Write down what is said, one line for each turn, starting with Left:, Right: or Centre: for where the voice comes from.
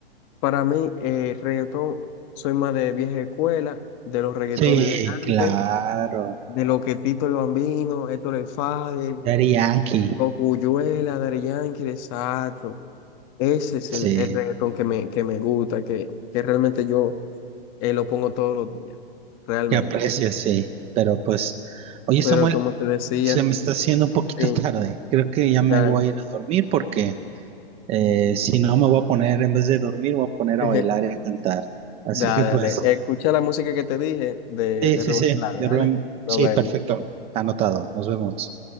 Left: para mí, eh, reggaetón, soy más de vieja escuela, de los reggaetones
Right: Sí,
Left: de
Right: claro.
Left: antes, de lo que Tito el Bambino, Héctor el Father,
Right: Daddy Yankee.
Left: Cocuyuela, Daddy Yankee, exacto. Ese es el,
Right: Sí,
Left: el reggaetón que me, que me gusta, que, que realmente yo eh, lo pongo todos los días, realmente.
Right: que aprecias, sí. Pero pues, oye
Left: Pero
Right: Samuel,
Left: como te decía,
Right: se me está haciendo un poquito
Left: sí,
Right: <laughs> tarde. Creo que ya me
Left: dale,
Right: voy a ir a dormir porque eh, si no me voy a poner, en vez de dormir, me voy a poner
Left: <laughs>
Right: a bailar y a cantar. Así
Left: dale,
Right: que pues,
Left: dale. Escucha la música que te dije de,
Right: sí,
Left: de
Right: sí,
Left: Rubén
Right: sí,
Left: Blades,
Right: de
Left: dale.
Right: Rubén,
Left: Nos
Right: sí,
Left: vemos.
Right: perfecto, anotado. Nos vemos.